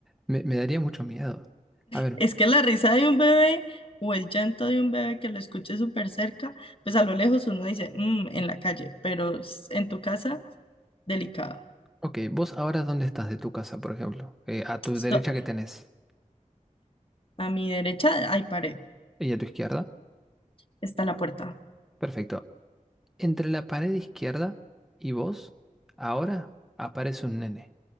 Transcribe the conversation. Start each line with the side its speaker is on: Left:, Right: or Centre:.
Centre: me, me daría mucho miedo. A ver,
Left: Es que la risa de un bebé o el llanto de un bebé que lo escuche súper cerca, pues a lo lejos uno dice, "Mm", en la calle, pero s- en tu casa, delicado.
Centre: ok, vos ahora dónde estás de tu casa, por ejemplo. Eh, a tu
Left: Esto-
Centre: derecha, ¿qué tenés?
Left: a mi derecha hay pared.
Centre: ¿Y a tu izquierda?
Left: Está la puerta.
Centre: Perfecto. Entre la pared izquierda y vos, ahora aparece un nene.